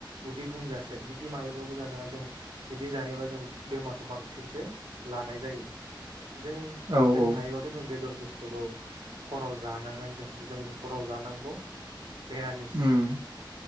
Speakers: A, on the right; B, on the right.
A: उदै बुंजासै बिदि मालाबाबो जानाङा जों बिदि जायोबा जों बेमारखौ बांसिनसो लानाय जायो जों
B: औ
A: जों
B: औ
A: हायोबा जों बेदर बुस्थुखौ हराव जानाङा जों जों हराव जानांगौ मरामिस
B: उम